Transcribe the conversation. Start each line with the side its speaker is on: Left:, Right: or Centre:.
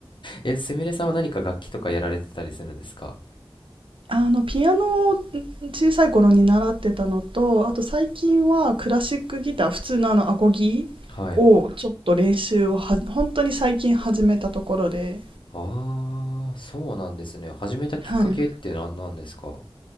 Left: え、すみれさんは何か楽器とかやられてたりするんですか
Right: あの、ピアノを小さい頃に習ってたのと、あと最近はクラシックギター、普通のあのアコギ
Left: はい。
Right: をちょっと練習をは、本当に最近始めたところで、
Left: ああ、そうなんですね。始めたきっかけって何なんですか
Right: はい。